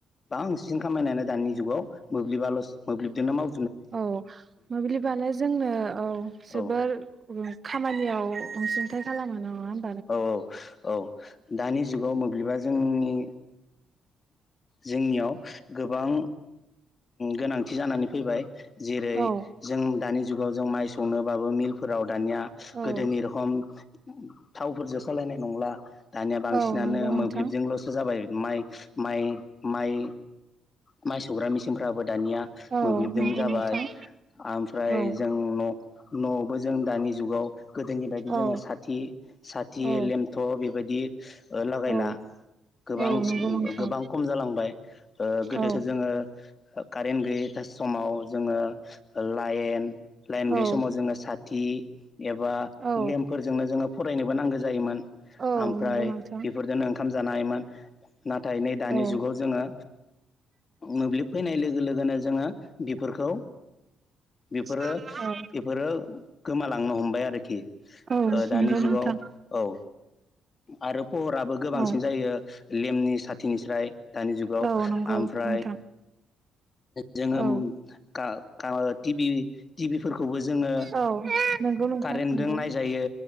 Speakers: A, on the left; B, on the right.
A: बां खामानियानो दानि जुगाव मोब्लिब मोब्लिबजोंनो माव
B: औ मोब्लिबानो जोंनो औ जोबोर
A: औ
B: खामानियाव अनसुंथाइ खालामो नामा
A: औ औ औ दानि जुगाव मोब्लिबा जोंनि जोंनियाव गोबां गोनांथि जानानै फैबाय जेरै
B: औ
A: जों दानि जुगाव जों माइ संनोबाबो मिलफोराव दानिया
B: औ
A: गोदोनि रखम थावफोरजों सालायनाय नंला दानिया बांसिनानो
B: औ नंगौ नोंथां
A: मोब्लिबजोंल' जाबाय माइ माइ माइ माइ सौग्रा मेचिनफ्राबो दानिया
B: औ
A: मोब्लिबदों
B: नंगौ
A: जाबाय
B: नोंथां
A: ओमफ्राय
B: औ
A: जों न' न'आवबो जों दानि जुगाव गोदोनि बायदि जोङो
B: औ
A: साथि साथि
B: औ
A: लेमथ' बेबायदि लागायला।
B: औ
A: गोबां
B: औ नंगौ नोंथां
A: गोबां खम जालांबाय गोदोसो
B: औ
A: जोङो कारेन्ट गैयै समाव जोङो लाइन लाइन
B: औ
A: गैयि समाव जोङो साथि एबा
B: औ
A: लेम्पफोरजोंनो जोङो फरायनोबो नांगौ जायोमोन
B: औ
A: ओमफ्राय
B: नंगौ नोंथां
A: बेफोरजों आं ओंखाम‌ जानो हायोमोन नाथाय नै दानि
B: औ
A: जुगाव जोङो मोब्लिब फैनाय लोगो लोगोनो जोङो बेफोरखौ बेफोरो
B: औ
A: बेफोरो गोमालांनो हमबाय आरोखि
B: औ नंगौ
A: दानि जुगाव
B: नोंथां
A: औ। आरो पहराबो गोबांसिन
B: औ
A: जायो लेमनि साथिनिस्राय दानि जुगाव
B: औ नंगौ
A: ओमफ्राय
B: नोंथां
A: जोङो
B: औ
A: खाम टि बि टिभिफोरखौबो जोङो
B: औ नंगौ नोंथां
A: कारेन्टजों
B: नंगौ
A: नायजायो